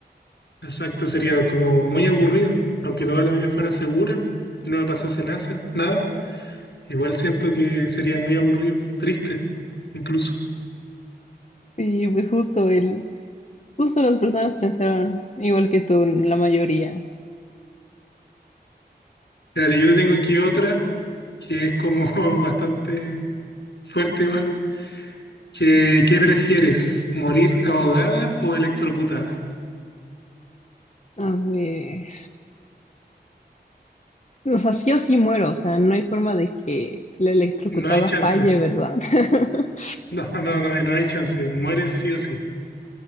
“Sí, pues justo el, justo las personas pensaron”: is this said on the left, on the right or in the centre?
Left